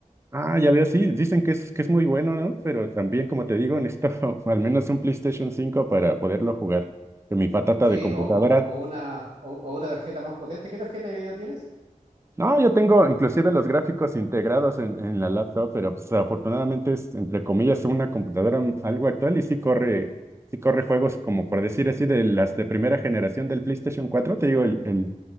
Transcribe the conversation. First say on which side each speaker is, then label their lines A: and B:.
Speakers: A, on the right; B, on the right.
A: Ah, ya veo, sí, dicen que es, que es muy bueno, ¿no? Pero también, como te digo, necesito <laughs> al menos un PlayStation 5 para poderlo jugar. Que mi patata
B: Sí,
A: de computadora
B: o, o- o una, o, o una tarjeta más potente. ¿Qué tarjeta de video tienes?
A: No, yo tengo inclusive los gráficos integrados en, en la laptop, pero pues afortunadamente es, entre comillas, una computadora m- algo actual y sí corre, sí corre juegos como por decir así de las de primera generación del PlayStation cuatro te digo, el, el,